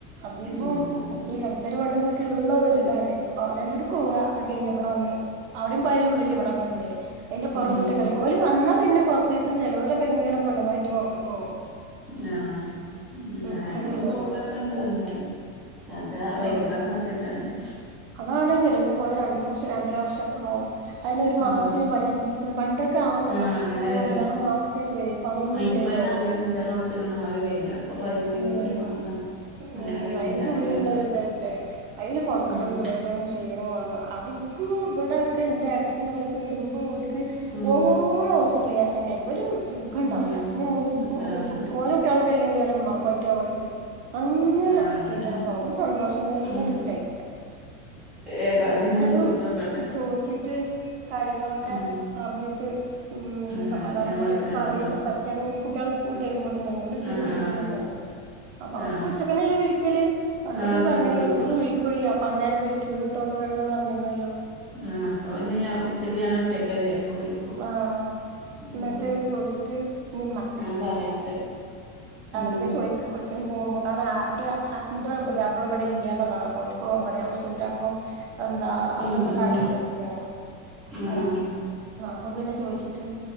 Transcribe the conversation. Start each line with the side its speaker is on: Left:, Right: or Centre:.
Right: അധികവും
Centre: ഉം അതന്നെ
Right: ഈ കത്സര പണ്ണങ്ങ ഉള്ള ഒരി ഇതാണ് അപ്പൊ അവനാന്റോട് ക്കോവ പോവാുക അത് കഴിഞ്ഞ ഇബിടെ വന്ന് അവിടെയും പോയാല ഉള്ളില് ഇവിടെന്നല്ല ഉള്ളില് അതിന്റെ പുറംമുട്ട
Centre: ഉം
Right: കളി ഓല വന്നു പിന്നെ കൊ സീസൻ ചിലലോല ഇങ്ങനെ പോ നിങ്ങളായിട്ട് പുറത്തു കോവും
Centre: ആഹ്
Right: അത്രക്കല്ലേ
Centre: ഞങ്ങളും പോവലൊക്കെ
Right: ഒള്ളൂ
Centre: ഇണ്ട് വന്നാല് പ അത് വരുവളം
Right: ആഹ്
Centre: കാത്ത്ക്കണ്ടേ
Right: അതാണ് ചിലവർ പോയ രണ്ടു വർഷം രണ്ടര വർഷംക്കെ ആകും അതിനെ ഒരു മാസത്തിനന്
Centre: ഉം
Right: പതിനഞ്ച് ദിവസത്തിന് പണ്ടൊക്കെ ആ
Centre: ആഹ് അങ്ങനെ വരും
Right: അഞ്ചാറ മാസത്തിനൊക്കെ വരനി ഇപ്പോ അതൊന്നുംല്ലല്ലോ.
Centre: ഇപ്പ അയ്ന് അങ്ങനെ അഞ്ചാറ് മാസത്തിനൊന്നും ആരും വരൂല ഇപ്പൊ പതിനഞ്ചീസം
Right: ഉം
Centre: ഒരു മാസം
Right: ഉ
Centre: അങ്ങനൊക്കെ ആയിട്ട്
Right: അയിന്റെ
Centre: എല്ലാരും
Right: ഉള്ളിലുള്ളരു
Centre: വരലൊള്ളൂ
Right: ഇതല്ലേ അതിൽ കൊണക്കടും
Centre: ഉം
Right: കേടും ക്ഷീണം അതോ അത് ഇവട ഒക്കെ എന്റെ ഏട്ടത്തിന്റെബലൊക്കെ വരുമ്പോ ഓല്
Centre: ഉം
Right: പോവോളം ഹോസ്പി ഇല കേസ് <unintelligible> ഒരു സുഖം ഉണ്ടാവുല്ല
Centre: ഉം
Right: ഓനെ
Centre: ആഹ്
Right: കുട്ടിഓൾക്കന്നെ ക്കലമ്മ കട്ടെ <unintelligible> അങ്ങനെ
Centre: ആഹ് അങ്ങനെണ്ട്
Right: വെയ്യാതാകും ഒരു സന്തോഷം തന്നെ
Centre: ഉം
Right: കിട്ടലില്ല
Centre: ഏതായാലും
Right: എന്നാലും
Centre: ഞാൻ ചോയിച്ചോക്കട്ടെ
Right: ചോദിച്ചിട്ട് കാര്യങ്ങളൊക്കെ
Centre: ഉം
Right: അറിഞ്ഞിട്ട് ഉം
Centre: ആഹ്
Right: സമാദാനം
Centre: ഞാൻ
Right: പോലെക്കെ
Centre: വിളിക്കണ്ട്ട്ടോ
Right: പറയിപ്പോ പറ്റയാണെിങ്കി കുട്ടിആളു സ്കൂൾട്ട വരുമ്പോ തന്നെന്തെ ഉച്ചക്ക്
Centre: ആഹ്
Right: വിളിക്കുമല്ലോ
Centre: ആഹ് ശരി
Right: അപ്പൊ
Centre: ആഹ്
Right: അപ്പ ഉച്ചക്കനെല്ലേ വിളിക്കല് പണ്ടൊക്കെ
Centre: ആഹ്
Right: പറഞ്ഞിന്ന്
Centre: വിളിക്കും
Right: ഉച്ചക്ക് വിളിക്കൊ അന്നേരം വിളിക്കത് ട്ടോന്നൊക്കെ അങ്ങനെ പറഞ്ഞ മല്ലോ
Centre: ആ അപ്പ പിന്നെ ഞ ഉച്ചക്ക് ഞാൻ ഒറ്റക്കല്ലേ അപ്പൊ വിളിക്കും
Right: ആഹ് എന്നിട്ട്
Centre: ഉം
Right: ചോദിച്ചിട്ട് ഇനി
Centre: ആ പറയണ്ട്
Right: കടക്കെ
Centre: ഉം
Right: ചോദിക്കൊഒടുക്കേലും പോകുമ്പോ കാരണം ആ ളും ഇവിടെ ഇല്ല പറഞ്ഞോളോട്ടോ അവപ്പോമ്മടെ സൂര്പ്പ എന്താ അവിടെ
Centre: ഉം
Right: എന്താ
Centre: ഉം
Right: കടയിലൊക്കെയാണ്
Centre: ആഹ്
Right: ആ
Centre: ആഹ്
Right: അ പിന്നെ ചോദിച്ചിട്ട്